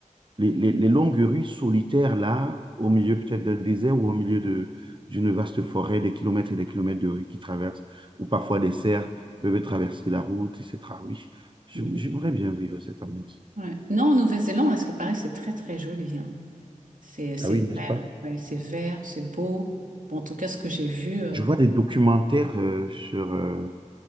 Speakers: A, on the right; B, on the right.
A: les, les- les longues rues solitaires là, au milieu peut-être d'un désert ou au milieu de, d'une vaste forêt, des kilomètres et des kilomètres de rues qui traversent, ou parfois des cerfs peuvent traverser la route, etc. Oui, j-
B: Mhm.
A: j'aimerais bien vivre cette ambiance.
B: Ouais. Non, en Nouvelle-Zélande, parce que pareil, c'est très très joli. hein. C'est c'est
A: Ah oui,
B: vert,
A: n'est-ce pas?
B: ouais, c'est vert, c'est beau. Bon, en tout cas, ce que j'ai vu. euh,
A: Je vois des documentaires euh, sur, euh,